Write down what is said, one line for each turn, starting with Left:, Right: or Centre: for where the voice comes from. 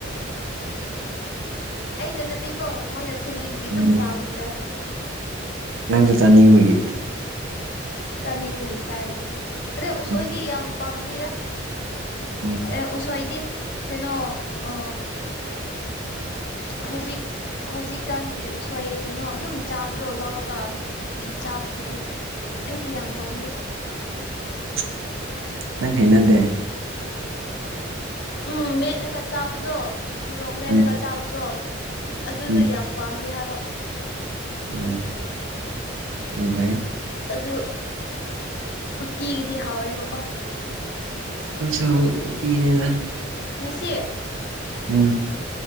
Left: ꯑꯩꯅ ꯅꯠꯇꯦꯀꯣ ꯃꯣꯏꯅ ꯁꯦꯝꯕꯤꯕꯒꯤ ꯑꯗꯨꯝ
Right: ꯎꯝ
Left: ꯆꯥꯕꯅꯤꯗ
Right: ꯅꯪꯁꯨ ꯆꯥꯅꯤꯡꯕꯒꯤ
Left: ꯆꯥꯅꯤꯡꯕꯒꯤ ꯆꯥꯏꯔꯤꯅꯦ ꯑꯗꯩ ꯎꯁꯣꯏꯗꯤ
Right: ꯎꯝ
Left: ꯌꯥꯝ ꯄꯥꯝꯗꯦꯗ
Right: ꯎꯝ
Left: ꯑꯦ ꯎꯁꯣꯏꯗꯤ ꯀꯩꯅꯣ ꯑ ꯍꯧꯖꯤꯛ ꯍꯧꯖꯤꯛꯀꯥꯟꯒꯤ ꯎꯁꯣꯏ ꯀꯩꯅꯣ ꯑꯗꯨꯝ ꯆꯥꯕꯗꯣ ꯂꯧꯔꯒ ꯑ ꯆꯥꯕꯗꯨꯗꯤ ꯑꯩꯗꯤ ꯌꯥꯝ
Right: ꯎꯝ
Left: ꯄꯥꯝꯗꯦ
Right: <unintelligible> ꯅꯪ ꯍꯩꯅꯗꯦ
Left: ꯎꯝ ꯃꯦꯠꯂꯒ ꯆꯥꯕꯗꯣ ꯃꯣꯔꯣꯛ ꯃꯦꯠꯂꯒ
Right: ꯎꯝ
Left: ꯆꯥꯕꯗꯣ ꯑꯗꯨꯗꯣ
Right: ꯎꯝ
Left: ꯌꯥꯝ ꯄꯥꯝꯗꯦ ꯍꯥꯏꯕ
Right: ꯑꯣ ꯌꯥꯝ ꯐꯩꯌꯦ
Left: ꯑꯗꯨ ꯎꯇꯤꯒꯤꯗꯤ ꯍꯥꯎꯋꯦꯕꯀꯣ
Right: ꯈꯣꯏꯁꯨ ꯎꯇꯤꯅꯦꯗ
Left: ꯉꯁꯤ
Right: ꯎꯝ